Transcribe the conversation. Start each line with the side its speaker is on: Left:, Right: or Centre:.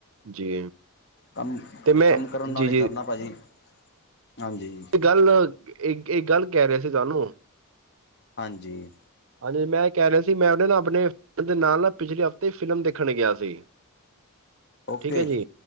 Right: ਜੀ
Left: ਕੰਮ
Right: ਤੇ ਮੈਂ
Left: ਕੰਮ ਕਰਨ
Right: ਜੀ
Left: ਨਾਲ ਹੀ
Right: ਜੀ
Left: ਸਰਣਾ ਭਾਜੀ ਹਾਂਜੀ।
Right: ਇਹ ਗੱਲ ਇਹ ਇਕ ਗੱਲ ਕਹਿ ਰਹੇ ਸੀ ਤੁਹਾਨੂੰ
Left: ਹਾਂਜੀ।
Right: ਹਾਂਜੀ ਮੈਂ ਕਹਿ ਰਿਹਾ ਸੀ ਮੈਂ ਉਹੇ ਨਾ ਆਪਣੇ ਦੋਸਤ ਦੇ ਨਾਲ ਨਾ ਪਿਛਲੇ ਹਫ਼ਤੇ ਫਿਲਮ ਦੇਖਣ ਗਿਆ ਸੀ।
Left: ਓਕੇ
Right: ਠੀਕ ਹੈ ਜੀ